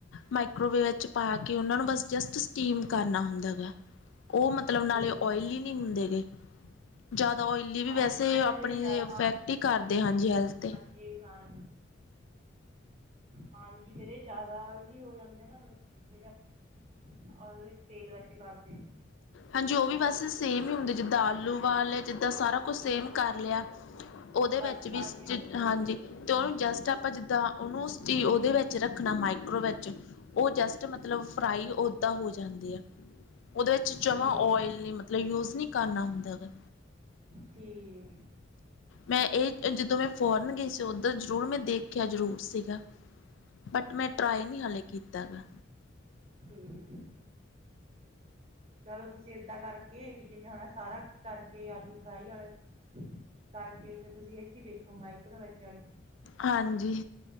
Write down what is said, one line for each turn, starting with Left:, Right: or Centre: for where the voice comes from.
Left: ਮਾਈਕਰੋਵੇਵ ਵਿੱਚ ਪਾ ਕੇ ਉਹਨਾਂ ਨੂੰ ਬਸ ਜਸਟ ਸਟੀਮ ਕਰਨਾ ਹੁੰਦਾ ਗਾ। ਉਹ ਮਤਲਬ ਨਾਲੇ
Right: ਠੀਕ
Left: ਓਇਲੀ ਨੀ ਹੁੰਦੇ ਗੇ। ਜ਼ਿਆਦਾ ਓਇਲੀ ਵੀ
Right: ਹਾਂਜੀ
Left: ਵੈਸੇ ਆਪਣੀ
Right: ਫਿਰ ਇਹ ਜਾ
Left: ਇਫੈਕਟ ਈ ਕਰਦੇ ਹਾਂਜੀ ਹੈਲਥ ਤੇ
Right: ਜੀ ਹਾਂ ਹਾਂਜੀ ਫਿਰ ਇਹ ਜ਼ਿਆਦਾ ਓਇਲੀ ਹੋ ਜਾਂਦੇ ਨਾ ਜਿਹੜੇ ਉਹਦੇ ਵਿੱਚ ਤੇਲ ਵਿੱਚ ਕਰਦੇ।
Left: ਹਾਂਜੀ ਉਹ ਵੀ ਬਸ ਸੇਮ ਈ ਹੁੰਦੇ ਜਿੱਦਾਂ ਆਲੂ ਬਾਲ ਲੇ ਜਿੱਦਾਂ ਸਾਰਾ ਕੁਛ ਸੇਮ ਕਰ ਲਿਆ। ਉਹਦੇ
Right: ਬਸ
Left: ਵਿੱਚ
Right: ਹਾਂਜੀ
Left: ਵੀ ਜਿ ਹਾਂਜੀ ਤੇ ਉਹਨੂੰ ਜਸਟ ਆਪਾਂ ਜਿੱਦਾਂ ਉਹਨੂੰ ਉਹਦੇ ਵਿੱਚ ਰੱਖਣਾ ਮਾਈਕ੍ਰੋ ਵਿੱਚ ਉਹ ਜਸਟ ਮਤਲਬ ਫਰਾਈ ਓਦਾਂ ਹੋ ਜਾਂਦੀ ਐ। ਉਹਦੇ ਵਿੱਚ ਜਮ੍ਹਾਂ
Right: ਠੀਕ
Left: ਓਇਲ ਨੀ ਮਤਲਬ ਯੂਜ ਨੀ ਕਰਨਾ ਹੁੰਦਾ ਗਾ।
Right: ਠੀਕ
Left: ਮੈਂ ਇਹ ਜਦੋਂ ਮੈਂ ਫੋਰਨ ਗਈ ਸੀ ਉਧਰ ਜ਼ਰੂਰ ਮੈਂ ਦੇਖਿਆ ਜ਼ਰੂਰ ਸੀਗਾ। ਬਟ ਮੈਂ ਟ੍ਰਾਈ ਨੀ ਹਾਲੇ ਕੀਤਾ ਗਾ।
Right: ਹੂੰ, ਚਲੋ ਤੁਸੀਂ ਏਦਾਂ ਕਰਕੇ ਵੀ ਜਿਵੇਂ ਹੁਣ ਸਾਰਾ ਕਰਕੇ ਆਲੂ ਫਰਾਈ ਵਾਲੇ ਕਰਕੇ ਫੇਰ ਤੁਸੀਂ ਇਹ ਚ ਈ ਦੇਖੋ ਮਾਈਕਰੋ ਵਿੱਚ ਵਾਲੇ
Left: ਹਾਂਜੀ,